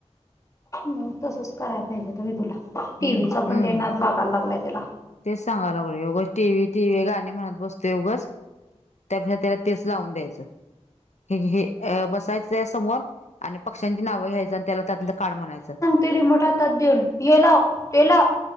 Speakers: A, on the left; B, on the left.
A: म तसंच कराय पाहिजे होत मी तुला टीव्हीचा
B: हम्म
A: पण
B: हम्म
A: लय नाद लागाय लागलाय त्याला
B: तेच सांगाय लागलोय, उगच टीव्ही -टीव्ही गाणी म्हणत बसतो उगच ते आपलं त्याला तेच लावून द्यायचं, हे घे अ बसायचं त्याच्या समोर आणि पक्ष्यांची नावं घ्यायचं आणि त्याला त्यातंल काढ म्हणायचं.
A: ते रिमोट हातात देऊन, हे लाव- ते लाव